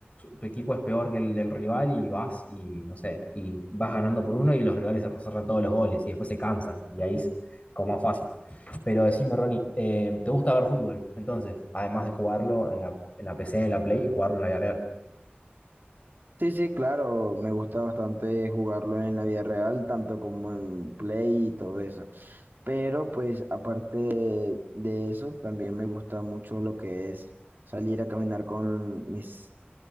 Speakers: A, on the left; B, on the right.
A: tu equipo es peor que el del rival y vas y, no sé, y vas ganando por uno y los rivales cerran todos los goles y después se cansan y ahí es como más fácil. Pero decime, Ronnie, eh, ¿te gusta ver fútbol? Entonces, además de jugarlo en la, en la PC, en la Play y jugarlo en la vida real.
B: Sí, sí, claro, me gusta bastante jugarlo en la vida real, tanto como en Play y todo eso. Pero pues aparte de eso, también me gusta mucho lo que es salir a caminar con mis